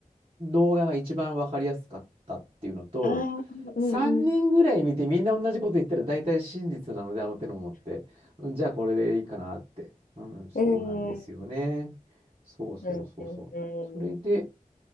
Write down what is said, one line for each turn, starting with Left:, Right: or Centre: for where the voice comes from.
Right: 動画が一番わかりやすかったっていうのと、
Left: ああ、うんうん。
Right: 3人ぐらい見てみんな同じこと言ったら大体真実なので、あの手のものって。うん、じゃあこれでいいかなって。うん、そうなんですよね。
Left: うん、うん、
Right: そうそうそうそう。
Left: うんうん、
Right: それで、